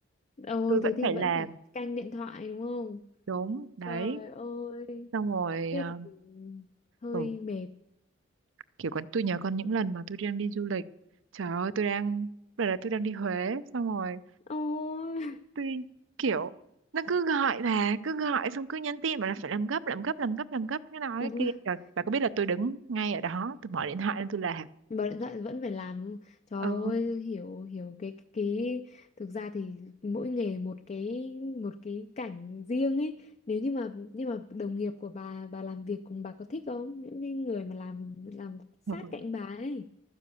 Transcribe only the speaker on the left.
ồ
thế thì
vẫn
phải canh điện thoại đúng không
trời ơi
thế
thì hơi
mệt
ôi
<laughs>
làm
Bật điện thoại vẫn phải làm đúng Trời
ơi hiểu hiểu cái cái cái- thực ra thì mỗi nghề một cái một cái cảnh riêng ấy nếu như mà nhưng mà đồng nghiệp của bà bà làm việc cùng bà có thích không những cái người mà làm làm sát
cạnh bà ấy